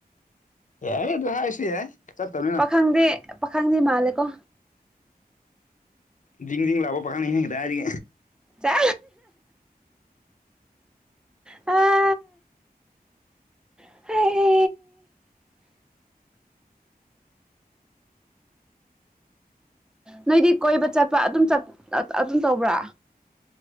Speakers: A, on the left; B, in the centre.
A: ꯌꯥꯔꯦ ꯑꯗꯨ ꯍꯥꯏꯔꯁꯨ ꯌꯥꯏ ꯆꯠꯇꯝꯅꯤꯅ
B: ꯄꯥꯈꯪꯗꯤ ꯄꯥꯈꯪꯗꯤ ꯃꯥꯜꯂꯦꯀꯣ
A: ꯖꯤꯡ ꯖꯤꯡ ꯂꯥꯛꯑꯣ ꯄꯥꯈꯡꯅꯤ ꯍꯤꯡ ꯀꯗꯥꯏꯗꯒꯤ
B: ꯆꯥ ꯑ <unintelligible> ꯅꯣꯏꯗꯤ ꯀꯣꯏꯕ ꯆꯠꯄ ꯑꯗꯨꯝ ꯆꯞ ꯑꯗꯨꯝ ꯇꯧꯕ꯭ꯔꯥ